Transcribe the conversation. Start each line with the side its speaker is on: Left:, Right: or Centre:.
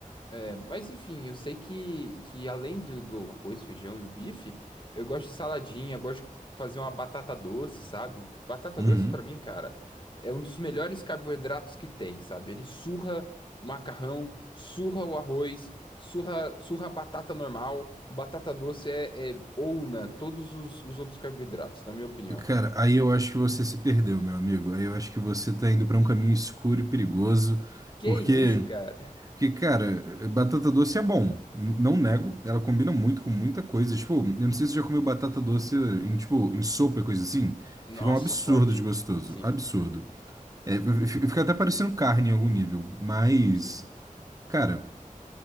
Left: É, Mas enfim, eu sei que, que além do, do arroz, feijão e o bife, eu gosto de saladinha, eu gosto de fazer uma batata doce, sabe? Batata
Right: Uhum.
Left: doce pra mim, cara, é um dos melhores carboidratos que tem, sabe? Ele surra o macarrão, surra o arroz, surra, surra a batata normal. Batata doce é, é ouna todos os, os outros carboidratos, na minha opinião.
Right: Cara, aí eu acho que você se perdeu, meu amigo. Aí eu acho que você tá indo pra um caminho escuro e perigoso,
Left: Que
Right: porque,
Left: isso, cara?
Right: porque, cara, eh, batata doce é bom. N- Não nego, ela combina muito com muita coisa. Tipo, eu não sei se você já comeu batata doce em, tipo, em sopa e coisa assim.
Left: Nossa,
Right: Fica um absurdo
Left: forte.
Right: de gostoso,
Left: Sim,
Right: absurdo. É, eu- eu fico fica até parecendo carne em algum nível, mas,
Left: sim.
Right: cara,